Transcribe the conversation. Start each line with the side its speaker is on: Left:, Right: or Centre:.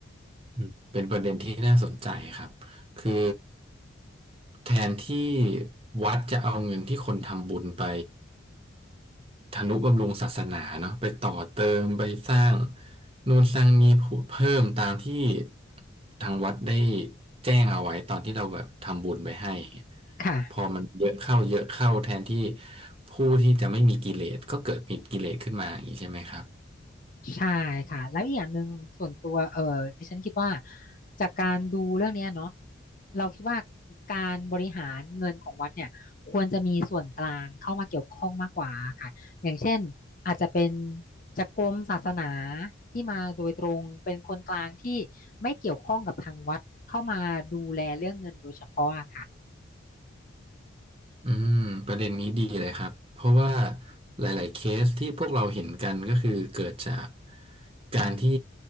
Right: อืมเป็นประเด็นที่น่าสนใจครับคือแทนที่วัดจะเอาเงินที่คนทำบุญไป ทนุบำรุงศาสนาเนาะไปต่อเติมไปสร้างนู่นสร้างนี่เพิ่มตามที่ทางวัดได้แจ้งเอาไว้ตอนที่เราแบบทำบุญไปให้อย่างเงี้ย
Left: ค่ะ
Right: พอมันเยอะเข้าเยอะเข้าแทนที่ผู้ที่จะไม่มีกิเลสก็เกิดมีกิเลสขึ้นมาอย่างนี้ใช่ไหมครับ
Left: ใช่ค่ะแล้วอีกอย่างหนึ่งส่วนตัวเออดิฉันคิดว่าจากการดูเรื่องเนี้ยเนาะเราคิดว่าการบริหารเงินของวัดเนี่ยควรจะมีส่วนกลางเข้ามาเกี่ยวข้องมากกว่าค่ะอย่างเช่นอาจจะเป็นจากกรมศาสนาที่มาโดยตรงเป็นคนกลางที่ไม่เกี่ยวข้องกับทางวัดเข้ามาดูแลเรื่องเงินโดยเฉพาะอะค่ะ
Right: อืมประเด็นนี้ดีเลยครับเพราะว่าหลายๆเคสที่พวกเราเห็นกันก็คือเกิดจากการที่